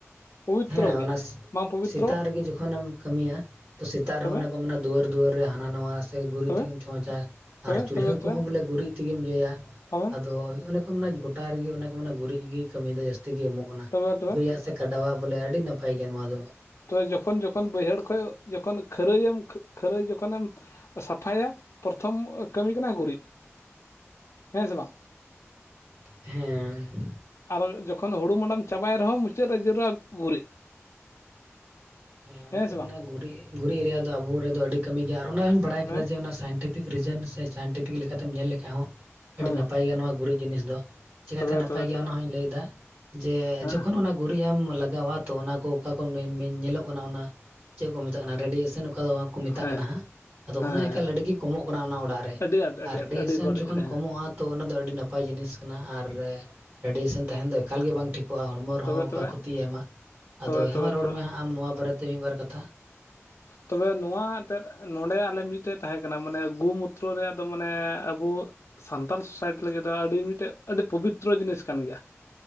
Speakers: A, on the left; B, on the right.
A: ᱯᱚᱵᱤᱛᱨᱚ
B: ᱦᱮᱸ
A: ᱜᱮᱭᱟ
B: ᱚᱱᱟ
A: ᱵᱟᱝ ᱯᱚᱵᱤᱛ
B: ᱥᱮᱛᱟᱜ ᱨᱮᱜᱮ ᱡᱚᱠᱷᱚᱱᱮᱢ ᱠᱟᱹᱢᱤᱭᱟ ᱛᱚ ᱥᱮᱛᱟᱜ
A: ᱛᱚᱵᱮ
B: ᱨᱮᱦᱚᱸ ᱚᱱᱮ ᱠᱚ ᱢᱮᱱᱟ ᱫᱩᱣᱟᱹᱨ ᱫᱩᱣᱟᱹᱨ ᱨᱮ ᱦᱟᱱᱟ ᱱᱟᱣᱟ ᱥᱮ ᱜᱩᱨᱤᱡ
A: ᱛᱚᱵᱮ
B: ᱛᱮᱜᱮᱢ ᱪᱷᱚᱸᱪᱼᱟ ᱟᱨ
A: ᱛᱚᱵᱮ
B: ᱪᱩᱞᱦᱟᱹ
A: ᱛᱚᱵᱮ
B: ᱠᱚᱦᱚᱸ
A: ᱛᱚᱵᱮ
B: ᱵᱚᱞᱮ ᱜᱩᱨᱤᱡ ᱛᱮᱜᱮᱢ ᱤᱭᱟᱹᱭᱟ
A: ᱛᱚᱵᱮ
B: ᱟᱫᱚ ᱚᱱᱮ ᱠᱚ ᱜᱚᱴᱟ ᱨᱮᱜᱮ ᱚᱱᱟ ᱠᱚ ᱢᱮᱱᱟ ᱜᱩᱨᱤᱡ ᱜᱮᱭ ᱠᱟᱹᱢᱤ ᱮᱫᱟ ᱡᱟᱹᱥᱛᱤ ᱜᱮ ᱮᱢᱚᱜ ᱠᱟᱱᱟ
A: ᱛᱚᱵᱮ ᱛᱚᱵᱮ
B: ᱜᱟᱹᱭ ᱟᱜ ᱥᱮ ᱠᱟᱰᱟᱣᱟᱜ ᱵᱚᱞᱮ ᱟᱹᱰᱤ ᱱᱟᱯᱟᱭ ᱜᱮᱭᱟ ᱱᱚᱣᱟ ᱫᱚ
A: ᱛᱚ ᱡᱚᱠᱷᱚᱱ ᱡᱚᱠᱷᱚᱱ ᱵᱟᱹᱭᱦᱟᱹᱲ ᱠᱷᱚᱡ ᱡᱚᱠᱷᱚᱱ ᱠᱷᱟᱹᱨᱟᱹᱭᱮᱢ ᱮᱢ ᱠᱷᱟᱹᱨᱟᱹᱭ ᱡᱚᱠᱷᱚᱱᱮᱢ ᱥᱟᱯᱷᱟᱭᱟ ᱯᱨᱚᱛᱷᱚᱢ ᱠᱟᱹᱢᱤ ᱠᱟᱱᱟ ᱜᱩᱨᱤᱡ ᱦᱮᱸ ᱥᱮ ᱵᱟᱝ
B: ᱦᱮᱸ
A: ᱟᱨ ᱡᱚᱠᱷᱚᱱ ᱦᱩᱲᱩ ᱢᱟᱰᱟᱢ ᱪᱟᱵᱟᱭ ᱨᱮᱦᱚᱸ ᱢᱩᱪᱟᱹᱫ ᱨᱮ ᱡᱟᱹᱨᱲᱟ ᱜᱩᱨᱤᱡ
B: <unintelligible> ᱦᱮᱸ ᱚᱱᱮ ᱠᱚ
A: ᱥᱮ
B: ᱢᱮᱱᱟ
A: ᱵᱟᱝ
B: ᱜᱩᱨᱤᱡ ᱜᱩᱨᱤᱡ ᱨᱮᱭᱟᱜ ᱫᱚ ᱟᱵᱚ ᱨᱮᱫᱚ ᱟᱹᱰᱤ ᱠᱟᱹᱢᱤ ᱜᱮᱭᱟ ᱟᱨ ᱚᱱᱟ ᱦᱚᱧ ᱵᱟᱲᱟᱭ ᱟᱠᱟᱫᱟ
A: ᱦᱮᱸ
B: ᱡᱮ ᱚᱱᱟ ᱥᱟᱭᱮᱱ ᱴᱤᱯᱷᱤᱠ ᱨᱤᱡᱮᱱ ᱥᱮ ᱥᱟᱭᱮᱱᱴᱤᱯᱷᱤᱠ ᱞᱮᱠᱟᱛᱮᱢ ᱧᱮᱞ ᱞᱮᱠᱷᱟᱡ ᱦᱚᱸ ᱟᱹᱰᱤ
A: ᱦᱮᱸ
B: ᱱᱟᱯᱟᱭ ᱜᱮᱭᱟ ᱱᱚᱣᱟ ᱜᱩᱨᱤᱡ ᱡᱤᱱᱤᱥ ᱫᱚ ᱪᱮᱠᱟᱛᱮ
A: ᱛᱚᱵᱮ
B: ᱱᱟᱯᱟᱭ
A: ᱛᱚᱵᱮ
B: ᱜᱮᱭᱟ
A: ᱛᱚᱵᱮ
B: ᱚᱱᱟ ᱦᱚᱧ ᱞᱟᱹᱭ ᱮᱫᱟ ᱡᱮ
A: ᱦᱮᱸ
B: ᱡᱚᱠᱷᱚᱱ ᱚᱱᱟ ᱜᱩᱨᱤᱡ ᱮᱢ ᱞᱟᱜᱟᱣᱟ ᱛᱚ ᱚᱱᱟ ᱠᱚ ᱚᱠᱟ ᱠᱚ ᱢᱮᱱ ᱢᱮᱱ ᱧᱮᱞᱚᱜ ᱚᱱᱟ ᱚᱱᱟ ᱪᱮᱫ ᱠᱚ ᱢᱮᱛᱟᱜ ᱠᱟᱱᱟ ᱨᱮᱰᱤᱭᱮᱥᱚᱱ ᱚᱠᱟ ᱫᱚ ᱦᱟᱜ ᱠᱚ ᱢᱮᱛᱟᱜ
A: ᱦᱮᱸ
B: ᱠᱟᱱᱟ ᱦᱟᱸᱜ ᱟᱫᱚ
A: ᱦᱮᱸ
B: ᱚᱱᱟ ᱮᱠᱟᱞ
A: ᱦᱮᱸ
B: ᱟᱹᱰᱤᱜᱮ ᱠᱚᱢᱚᱜ ᱠᱟᱱᱟ ᱚᱱᱟ ᱚᱲᱟᱜ ᱨᱮ
A: ᱟᱹᱰᱤ ᱟᱸᱴ
B: ᱟᱨ
A: ᱟᱹᱰᱤ
B: ᱨᱮᱰᱤᱭᱮᱥᱮᱱ
A: ᱟᱸᱴ ᱟᱹᱰᱤ ᱵᱟᱹᱲᱤᱡ
B: ᱡᱚᱠᱷᱚᱱ
A: ᱦᱮᱸ
B: ᱠᱚᱢᱚᱜᱼᱟ ᱛᱚ ᱚᱱᱟᱫᱚ ᱟᱹᱰᱤ ᱱᱟᱯᱟᱭ ᱡᱤᱱᱤᱥ ᱠᱟᱱᱟ ᱟᱨ ᱨᱮᱰᱤᱭᱮᱥᱮᱱ ᱛᱟᱦᱮᱱ ᱫᱚ ᱮᱠᱟᱞ ᱜᱮ ᱵᱟᱝ ᱴᱷᱤᱠᱚᱜᱼᱟ ᱦᱚᱲᱢᱚ ᱨᱮᱦᱚᱸ
A: ᱛᱚᱵᱮ
B: ᱚᱠᱟ
A: ᱛᱚᱵᱮ
B: ᱠᱷᱚᱛᱤᱭ ᱮᱢᱟ ᱟᱫᱚ
A: ᱛᱚᱵᱮ
B: ᱦᱮᱸᱢᱟ
A: ᱛᱚᱵᱮ
B: ᱨᱚᱲ
A: ᱛᱚᱵᱮ
B: ᱢᱮ ᱦᱟᱸᱜ ᱟᱢ ᱱᱚᱣᱟ ᱵᱟᱨᱮᱛᱮ ᱢᱤᱫ ᱵᱟᱨ ᱠᱟᱛᱷᱟ
A: ᱛᱚᱵᱮ ᱱᱚᱣᱟ ᱮᱱᱛᱮᱫ ᱱᱚᱰᱮ ᱟᱞᱮ ᱢᱤᱫᱴᱮᱡ ᱛᱟᱦᱮᱸ ᱠᱟᱱᱟ ᱢᱟᱱᱮ ᱜᱩ ᱢᱟᱛᱨᱚ ᱨᱮ ᱟᱫᱚ ᱢᱟᱱᱮ ᱟᱵᱚ ᱥᱟᱱᱛᱟᱲ ᱥᱳᱥᱟᱭᱴᱤ ᱞᱟᱹᱜᱤᱫ ᱫᱚ ᱟᱹᱰᱤ ᱢᱤᱫᱴᱮᱡ ᱟᱹᱰᱤ ᱯᱚᱵᱤᱛᱨᱚ ᱡᱤᱱᱤᱥ ᱠᱟᱱ ᱜᱮᱭᱟ᱾